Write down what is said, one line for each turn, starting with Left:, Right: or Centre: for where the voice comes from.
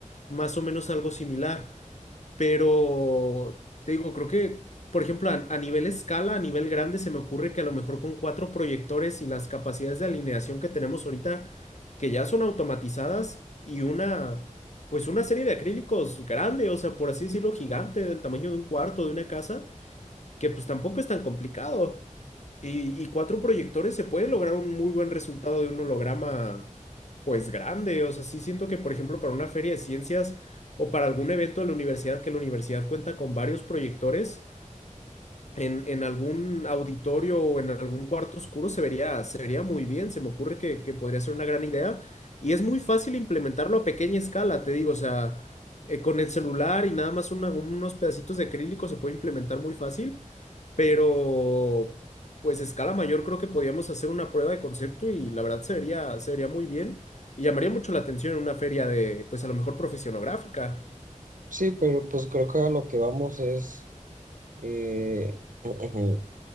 Left: más o menos algo similar. Pero te digo, creo que, por ejemplo, a, a nivel escala, a nivel grande, se me ocurre que a lo mejor con cuatro proyectores y las capacidades de alineación que tenemos ahorita, que ya son automatizadas, y una, pues una serie de acrílicos grande, o sea, por así decirlo, gigante, del tamaño de un cuarto, de una casa, que pues tampoco es tan complicado. Y, y cuatro proyectores se puede lograr un muy buen resultado de un holograma, pues grande. O sea, sí siento que, por ejemplo, para una feria de ciencias o para algún evento de la universidad, que la universidad cuenta con varios proyectores, en, en algún auditorio o en algún cuarto oscuro se vería, se vería muy bien. Se me ocurre que, que podría ser una gran idea. Y es muy fácil implementarlo a pequeña escala, te digo. O sea, eh, con el celular y nada más una- unos pedacitos de acrílico se puede implementar muy fácil pero pues a escala mayor creo que podíamos hacer una prueba de concepto y la verdad se vería, se vería muy bien y llamaría mucho la atención en una feria de, pues a lo mejor profesionográfica.
Right: Sí, pero pues creo que a lo que vamos es... eh, <clears throat>